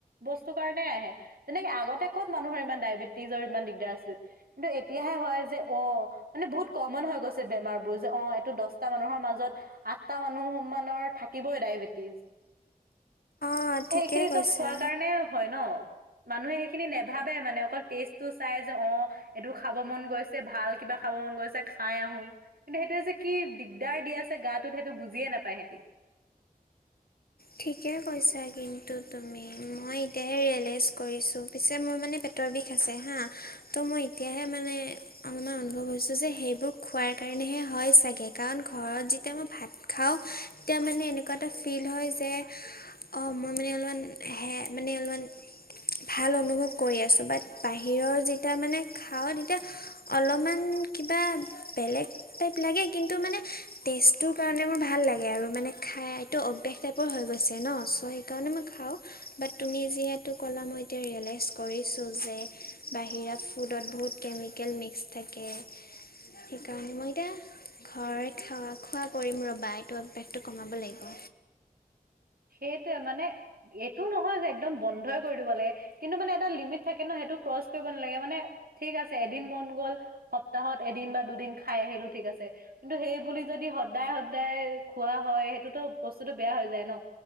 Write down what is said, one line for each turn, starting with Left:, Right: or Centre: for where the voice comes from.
Right: বস্তু কাৰণে আহে। যেনেকে আগতে কত মানুহৰ ইমান ডায়বেটিজৰ ইমান দিগদাৰ আছিল? কিন্তু এতিয়াহে হয় যে অ' মানে বহুত কমন হৈ গৈছে বেমাৰবোৰ যে অ', এইটো দশটা মানুহৰ মাজত আঠটা মানুহমানৰ থাকিবই ডায়েবেটিছ।
Left: <unintelligible>
Right: খিনি
Left: কৈছা
Right: চব খোৱা কাৰণে হয় ন? মানুহে সেইখিনি নেভাবে মানে অকল টেষ্টটো চাই যে অ' এইটো খাব মন গৈছে ভাল কিবা খাব মন গৈছে খাই আহোঁ। কিন্তু সেইটোৱে যে কি দিগদাৰ দি আছে গাটোত সেইটো বুজিয়ে নাপায় হেঁতি।
Left: ঠিকে কৈছা কিন্তু তুমি মই এতিয়াহে ৰিয়েলাইজ কৰিছোঁ পিছে মই মানে পেত তৰ বিষ আছে হাঁ, ত' মই এতিয়াহে মানে অলমান অনুভৱ হৈছে যে সেইবোৰ খোৱাৰ কাৰণেহে হয় চাগে, কাৰণ ঘৰত যেতিয়া মই ভাত খাওঁ তিয়া মানে এনেকুৱা এটা ফিল হয় যে যে অ', মই মানে অলমান হে মানে অলমান ভাল অনুভৱ কৰি আছো, বাট বাহিৰৰ যেতিয়া মানে খাওঁ তেতিয়া- অলমান কিবা বেলেগ টাইপ লাগে, কিন্তু মানে টেষ্ট- তোৰ কাৰণে মোৰ ভাল লাগে আৰু মানে খাই এইটো অভ্যাস টাইপ- প হৈ গৈছে ন, চ' সেইকাৰণে মই খাওঁ। বাট তুমি যিহেতু ক'লা মই এতিয়া ৰিয়েলাইজ ক কৰিছোঁ যে বাহিৰা ফুডত বহুত কেমিকেল মিক্স থাকে। থিকাহে মই এতিয়া ঘৰত খেৱা খোৱা কৰিম ৰ'বা এইটো অভ্যাসটো কমাব লাগিব।
Right: সেইটোৱে মানে এইটো নহয় যে একদম বন্ধই কৰি দিব লাগে। কিন্তু মানে এটা লিমিট থাকে ন সেইটো ক্ৰচ কৰিব নালাগে মানে ঠিক আছে এদিন মন গ'ল- সপ্তাহত এদিন বা দুদিন খাই আহিলো ঠিক আছে। কিন্তু, সেই বুলি যদি সদায় সদায় খোৱা হয় সেইটোতো বস্তুটো বেয়া হৈ যায় ন।